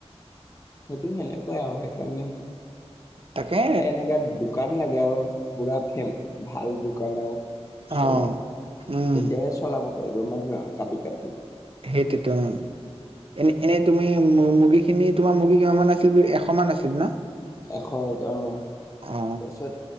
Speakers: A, on the left (about 30°); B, on the right (about 55°).
A: সেইটো সেনেকুৱাই আও সেইকাৰণে,
B: তাকে
A: এ এনেকা দোকান লাগে আও। পুৰা ফেম ভাল দোকান আও
B: অ
A: চলা,
B: উম
A: তেতিয়াহে চলাব পাৰিব মানুহে আও কাটি কাটি
B: সেইটোটো এনে এনেই তুমি মু-মু-মুৰ্গীখিনি তোমাৰ মুৰ্গী কিমানমান আছিল বুলি এশ মান আছিল ন?
A: এশ, অ তাৰপিছত
B: অ